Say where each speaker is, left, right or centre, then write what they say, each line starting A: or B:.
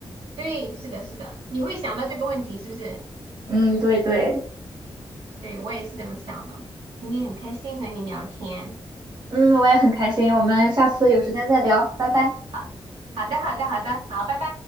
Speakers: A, on the right; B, on the right.
A: 对，是的，是的，你会想到这个问题是不是？
B: 嗯，对对，
A: 对，我也是这么想的。今天很开心和你聊天，
B: 嗯，我也很开心，我们下次有时间再聊，拜拜。
A: 好，好的，好的，好的，好，拜拜。